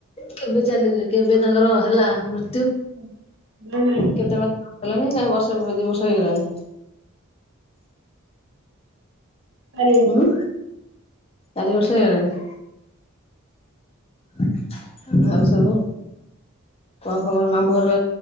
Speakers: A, on the left; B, on the right.
A: କେବେ ଚାଲିଲେ କେବେ ତାଙ୍କର ହେଲା ମୃତ୍ୟୁ?
B: <inaudible>
A: କେତେ ମାସ ହେଲାଣି ନା ବର୍ଷ ଦି ବର୍ଷ ହେଇଗଲାଣି।
B: ଚାରି ବର୍ଷ।
A: ଉଁ ଚାରି ବର୍ଷ
B: ଚାଲିଛି
A: ହେଇଗଲାଣି। ଆଖି ଥାଉଆଉ ସବୁ। କଣ ଖବର ମାମୁଁଘର